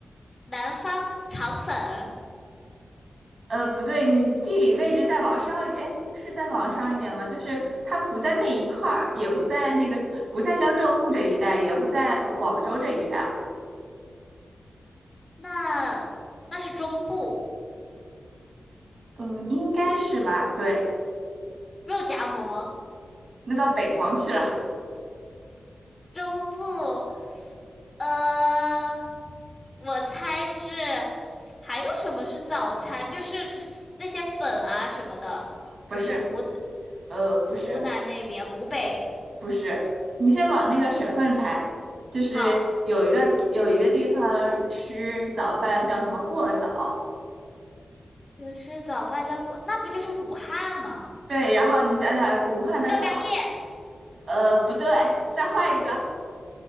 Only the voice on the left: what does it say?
南方肠粉，
那那是中部
肉夹馍，
中部呃，我猜是还有什么是早餐？就是那些粉啊什么的，
就是湖南
湖南那边湖北。
好，有吃早饭叫过，那不就是武汉吗？
热干面